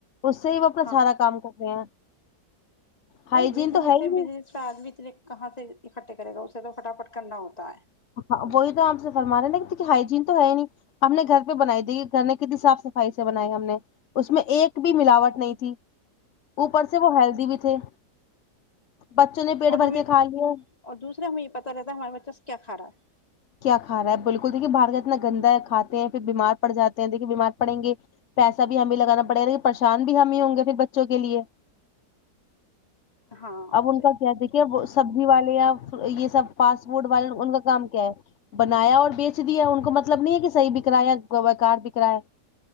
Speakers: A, on the left; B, on the left.
A: اس سے ہی وہ اپنا
B: ہاں
A: سارا کام کر رہے ہیں ہائجین
B: وہی بزنس
A: تو ہی
B: ہے
A: نہیں
B: بزنس پے آدمی اتنے کہاں سے اکٹھے کرے گا اسے تو فٹا فٹ کرنا ہوتا ہے
A: ہاں وہی تو آپ سے فرما رہے ہیں نا کیونکی ہائیجین تو ہے ہی نہیں ہم نے گھر پے بنائی دیھی گھر نے کتنی صاف صفائی سے بنائی ہم نے اس میں ایک بھی ملاوٹ نہیں تھی اوپر سے وہ ہیلدی بھی تھے بچوں نے پیٹ
B: اور
A: بھر
B: ہمیں
A: کے کھا لیے
B: اور دوسرا ہمے یے پتہ رہتا ہے ہمارے بچہ سے کیا کھارہا ہے
A: کیا کھا رہا ہے بالکل دیکے بھار کا اتنا گندا ہے کھاتے ہیں پھر بیمار پڑ جاتے ہیں دیکے بیمار پڑیں گے پیسہ بھی ہمیں لگانا پڑے گا پریشان بھی ہم ہی ہوں گے پھر بچوں کے لیے
B: ہاں
A: اب ان
B: صحیح
A: کا کیا دیک کیا سبزی والے یا یے سب فاسٹ فوڈ والے ان کا کام کیا ہے بنایا اور بیچ دیا ان کو مطلب نہیں ہے کہ صحیح بک رہا ہے یا بے کار بک رہا ہے